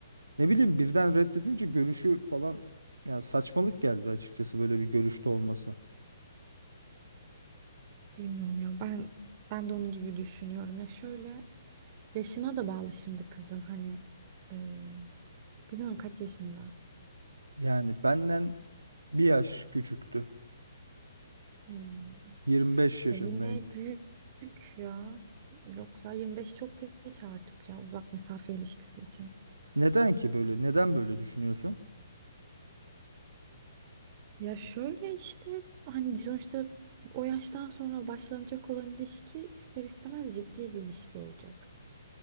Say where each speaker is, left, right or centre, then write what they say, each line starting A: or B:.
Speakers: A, on the right; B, on the right.
A: Ne bileyim birden reddedince görüşü falan ya saçmalık geldi açıkçası böyle bir görüşte olması.
B: Bilmiyorum ya ben ben de onun gibi düşünüyorum ya şöyle yaşına da bağlı şimdi kızın hani eee, bilmiyorum kaç yaşında
A: Yani benden bir yaş küçüktü.
B: Hmm.
A: 25 yaşındaydı.
B: Ya yine büyük ya yok ya 25 çok geç artık ya uzak mesafe ilişkisi için
A: Neden ki böyle? Neden böyle düşünüyorsun?
B: ya şöyle işte hani sonuçta o yaştan sonra başlanacak olan ilişki ister istemez ciddi bir ilişki olacak